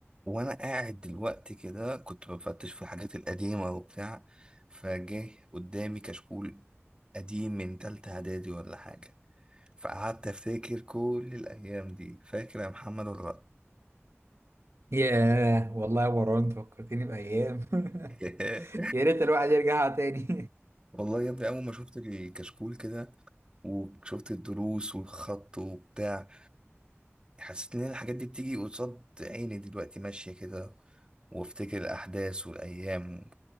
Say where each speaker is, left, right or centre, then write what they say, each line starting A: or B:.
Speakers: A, on the right; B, on the right.
A: وانا قاعد دلوقتي كده كنت بفتش في الحاجات القديمه وبتاع فجه قدامي كشكول قديم من تالتة اعدادي ولا حاجه فقعدت افتكر كل الايام دي فاكر يا محمد ولا
B: ياه والله يا مروان انت فكرتني بأيام
A: لأ؟
B: <laughs> يا ريت الواحد يرجعها تاني
A: <laughs> والله يا ابني اول ما شفت الكشكول كده وشفت الدروس والخط وبتاع حسيت ان الحاجات دي بتيجي قصاد عيني دلوقتي ماشيه كده وافتكر الاحداث والايام